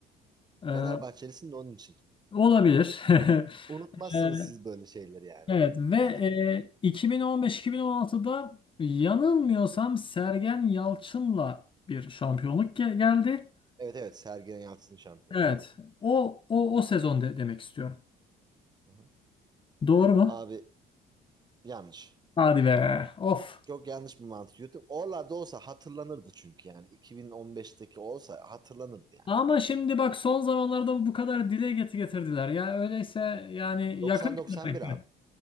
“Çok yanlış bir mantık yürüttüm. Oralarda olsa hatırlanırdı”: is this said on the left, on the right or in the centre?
Right